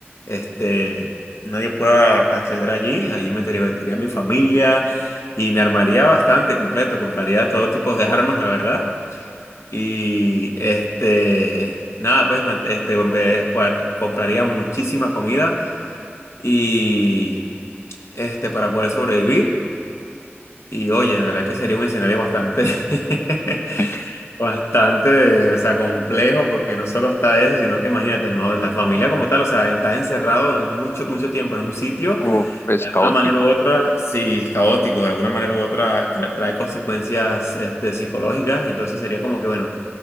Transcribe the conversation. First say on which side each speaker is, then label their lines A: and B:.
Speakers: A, on the left (about 80°); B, on the left (about 60°).
A: este, nadie pueda acceder allí. Allí me metería a mi familia y me armaría bastante completo. Compraría todo tipo de armas, la verdad. Y este, nada, pues man- este, en vez- cuan- compraría muchísima comida y este, para poder sobrevivir. Y oye, la verdad que sería un escenario bastante <laughs>
B: <laughs>
A: Bastante, o sea, complejo porque no solo está eso, sino que imagínate, ¿no? La familia como tal, o sea, está encerrado en mucho, mucho tiempo en un sitio,
B: Uf, es
A: de alguna
B: caótico.
A: manera u otra, sí, es caótico, de alguna manera u otra ca- trae consecuencias este, psicológicas, entonces sería como que, bueno,